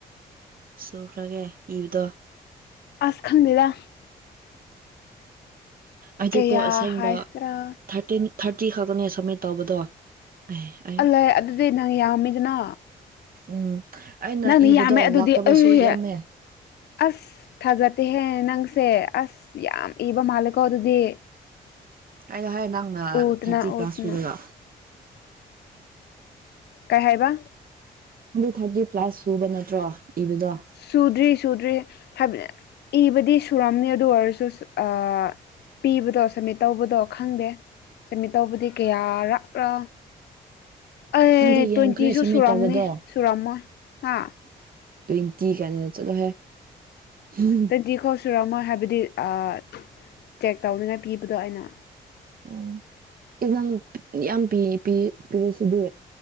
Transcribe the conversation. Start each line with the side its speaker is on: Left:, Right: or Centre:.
Right: ꯁꯨꯈ꯭ꯔꯒꯦ ꯏꯕꯗꯣ
Left: ꯑꯁ ꯈꯪꯗ‌ꯦꯗ
Right: ꯍꯥꯏꯗꯤꯀꯣ
Left: ꯀꯌꯥ
Right: ꯑꯁꯦꯡꯕ
Left: ꯍꯥꯏꯁꯤꯔꯥ
Right: ꯊꯥꯔꯇꯤꯟ ꯊꯥꯔꯇꯤ ꯈꯛꯇꯅꯦ ꯁꯕꯃꯤꯠ ꯇꯧꯕꯗꯣ ꯑꯦ ꯑꯩ
Left: ꯑꯜꯂ ꯑꯗꯨꯗꯤ ꯅꯪ ꯌꯥꯝꯃꯤꯗꯅ
Right: ꯎꯝ ꯑꯩꯅ
Left: ꯅꯪꯅ
Right: ꯏꯕꯗꯣ
Left: ꯌꯥꯝꯃꯦ ꯑꯗꯨꯗꯤ
Right: ꯂꯥꯛꯇꯕꯁꯨ
Left: ꯑꯩ
Right: ꯌꯥꯝꯃꯦ
Left: ꯑꯁ ꯊꯥꯖꯠꯇꯦꯍꯦ ꯅꯪꯁꯦ ꯑꯁ ꯌꯥꯝ ꯏꯕ ꯃꯥꯜꯂꯦꯀꯣ ꯑꯗꯨꯗꯤ
Right: ꯑꯩꯅ ꯍꯥꯏꯌꯦ ꯅꯪꯅ
Left: ꯎꯗꯅ
Right: ꯊꯥꯔꯇꯤ ꯀ꯭ꯂꯥꯁ
Left: ꯎꯗꯅ
Right: ꯄꯨꯔꯒ
Left: ꯀꯩ ꯍꯥꯏꯕ
Right: ꯑꯗꯨ ꯊꯥꯔꯇꯤ ꯄ꯭ꯂꯥꯁ ꯁꯨꯕ ꯅꯠꯇ꯭ꯔꯣ ꯏꯕꯗꯣ
Left: ꯁꯨꯗ꯭ꯔꯤ ꯁꯨꯗ꯭ꯔꯤ ꯍꯥꯏꯕꯗꯤ ꯏꯕꯗꯤ ꯁꯨꯔꯝꯅꯤ ꯑꯗꯨ ꯑꯣꯏꯔꯁꯨ ꯑ ꯄꯤꯕꯗꯣ ꯁꯝꯃꯤꯠ ꯇꯧꯕꯗꯣ ꯈꯪꯗꯦ ꯁꯝꯃꯤꯠ ꯇꯧꯕꯗꯤ ꯀꯌꯥꯔꯞꯂ ꯑꯦ
Right: ꯅꯪꯗꯤ
Left: ꯇ꯭ꯋꯦꯟꯇꯤꯁꯨ
Right: ꯌꯥꯝꯈ꯭ꯔꯦ ꯁꯝꯃꯤꯠ
Left: ꯁꯨꯔꯝꯅꯤ
Right: ꯇꯧꯕꯗꯣ
Left: ꯁꯨꯔꯝꯃꯣꯏ ꯍꯥ
Right: ꯇ꯭ꯋꯦꯟꯇꯤ ꯀꯅꯤꯅ ꯆꯠꯂꯣ ꯍꯦ <unintelligible>
Left: ꯇ‌ꯣꯟꯇꯤꯐꯥꯎ ꯁꯨꯔꯝꯃꯣꯏ ꯍꯥꯏꯕꯗꯤ ꯑ ꯆꯦꯛ ꯇꯧꯅꯤꯉꯥꯏ ꯄꯤꯕꯗꯣ ꯑꯩꯅ
Right: ꯑꯣ ꯑꯦꯖꯥꯡ ꯌꯥꯝ ꯄꯤ ꯄ ꯄꯤꯔꯁꯤꯗꯤ